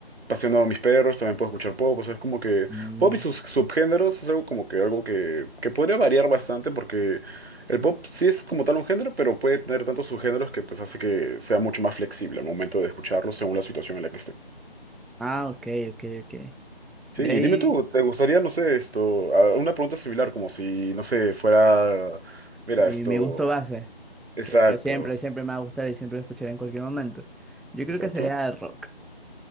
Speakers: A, on the right (about 80°); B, in the centre.
A: paseando a mis perros, también puedo escuchar pop, o sea, es como que
B: Mm.
A: pop y sus subgéneros es algo como que algo que, que podría variar bastante porque el pop sí es como tal un género, pero puede tener tantos subgéneros que pues hace que sea mucho más flexible al momento de escucharlo según la situación en la que esté.
B: Ah, ok, ok, ok.
A: Sí,
B: De
A: y
B: ahí
A: dime tú, ¿te gustaría, no sé, esto, a- una pregunta similar como si, no sé, fuera, mira,
B: mi,
A: esto,
B: mi gusto base.
A: exacto,
B: que que siempre, siempre me va a gustar y siempre lo escucharé en cualquier momento. Yo creo
A: exacto.
B: que sería el rock.